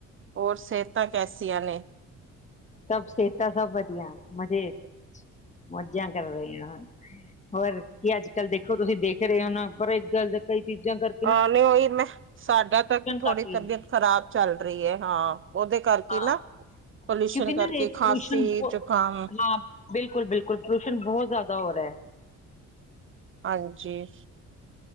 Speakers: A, on the right; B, on the left.
A: ਹੋਰ ਸੇਹਤਾ ਕੈਸੀਆਂ ਨੇ?
B: ਸਭ ਸੇਹਤਾਂ ਸਭ ਵਧੀਆ ਮਜੇ ਚ ਮੌਜਾਂ ਕਰ ਰੇਆਂ। ਹੋਰ ਕੀ ਅੱਜ ਕੱਲ ਦੇਖੋ ਤੁਸੀ ਦੇਖ ਰੇ ਓਨਾ ਪਰ ਏਕ ਗੱਲ ਦਾ ਕਈ ਚੀਜਾਂ ਗਰ
A: ਹਾਂ ਨੀ ਓਈ ਮੈਂ ਸਾਡਾ ਤਾਂ ਥੋੜੀ
B: ਕਾਫੀ,
A: ਤਬੀਅਤ ਖਰਾਬ ਚੱਲ ਰੀ ਐ। ਹਾਂ, ਓਦੇ ਕਰਕੇ
B: ਹਾਂ
A: ਨਾ ਪੋਲਿਊਸ਼ਨ
B: ਕਿਉਂਕਿ ਨਾ
A: ਕਰਕੇ
B: ਏ
A: ਖਾਂਸੀ,
B: ਪੋਲਿਊਸ਼ਨ ਬੋ
A: ਜ਼ੁਕਾਮ
B: ਹਾਂ ਬਿਲਕੁਲ ਬਿਲਕੁਲ ਪੋਲਿੂਸ਼ਨ ਬੋਹਤ ਜਾਦਾ ਹੋ ਰੇਯਾ ਐ।
A: ਹਾਂਜੀ।